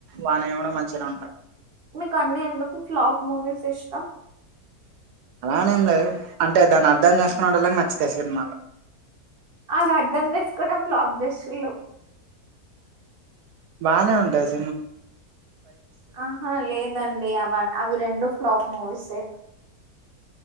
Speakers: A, on the right (about 85°); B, on the right (about 55°).
A: వాని మంచిగా ఉంటాయి
B: మీకు అన్ని ఎందుకు ఫ్లాప్ మూవీస్ ఇష్టం
A: అలానే ఏం లేదు అంటే దాన్ని అర్ధం చేసుకునేటలాకి నచ్చితే సినిమాలో
B: అది అర్ధం చేసుకుంట ఫ్లాప్ చెసిన్లు
A: బానే ఉంటాది
B: ఆహా లేదండి అవన్ అవి రెండు ఫ్లాప్ మూవీస్సే